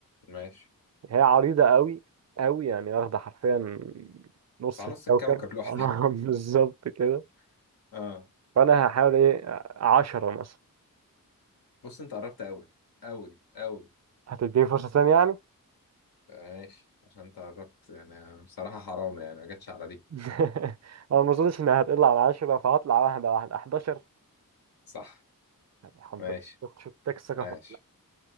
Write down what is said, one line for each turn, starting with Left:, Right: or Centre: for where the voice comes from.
Left: ماشي
Right: هي عريضه قوي قوي يعني واخده حرفيا نص
Left: على
Right: الكوكب
Left: نص الكوكب لوحدها
Right: <laughs> اه بالظبط كده
Left: <laughs> اه
Right: فانا هحاول ايه عشرة مثلا
Left: بص انت قربت قوي قوي قوي
Right: هتديني فرصه تانية يعني
Left: آه، ماشي عشان انت قربت يعني بصراحة حرام يعني ما جاتش على دي
Right: <laughs> انا ما اظنش انها هتقل عن عشرة فهطلع واحده واحده 11
Left: صح
Right: الحمد
Left: ماشي
Right: لله شفت شفت الثقه
Left: ماشي
Right: في